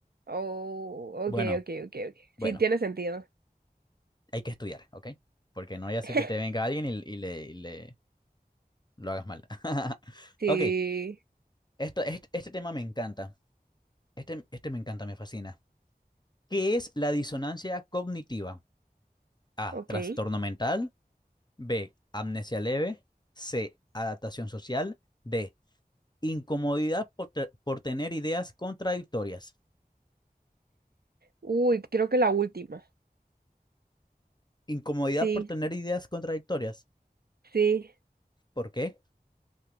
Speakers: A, on the right; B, on the left.
A: Oh, ok,
B: Bueno,
A: ok, ok, ok.
B: bueno,
A: Sí, tiene sentido.
B: hay que estudiar, ¿ok? Porque no ya sé
A: <laughs>
B: que te venga alguien y, y le, y le lo hagas mal. <laughs>
A: Sí,
B: Ok, esto, este, este tema me encanta. Este, este me encanta, me fascina. ¿Qué es la disonancia cognitiva? A.
A: ok.
B: Trastorno mental. B, amnesia leve. C, adaptación social. D, incomodidad por, te- por tener ideas contradictorias.
A: Uy, creo que la última.
B: Incomodidad
A: Sí,
B: por tener ideas contradictorias.
A: sí.
B: ¿Por qué?